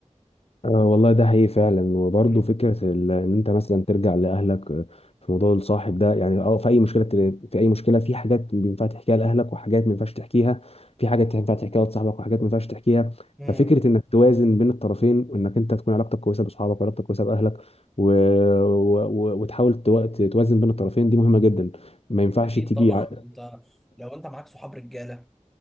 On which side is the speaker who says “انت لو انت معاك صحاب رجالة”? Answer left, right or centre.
Centre